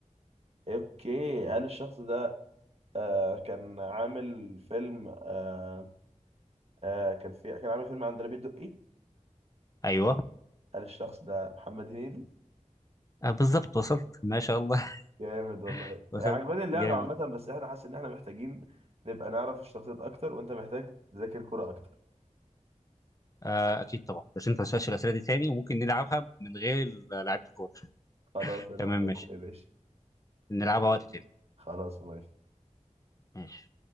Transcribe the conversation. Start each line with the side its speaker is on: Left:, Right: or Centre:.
Right: اوكي هل الشخص ده آه كان عامل فيلم آه آه كان في كان عامل فيلم عندليب الدقي
Left: ايوه
Right: قال الشخص ده محمد هنيدي
Left: آه بالظبط وصلت ما شاء الله
Right: جامد والله
Left: <laughs> وصلت
Right: آه، عجباني اللعبة
Left: جامد
Right: عامة بس احنا حاسس ان احنا محتاجين نبقى نعرف الشخصيات اكتر وانت محتاج تذاكر كرة اكتر
Left: آه اكيد طبعا بس انت ما تسالش الاسئله دي تاني وممكن نلعبها من غير لعيبه الكوره
Right: خلاص انا
Left: تمام
Right: موافق
Left: ماشي
Right: يا باشا
Left: نلعبها وقت تاني
Right: خلاص موافق
Left: ماشي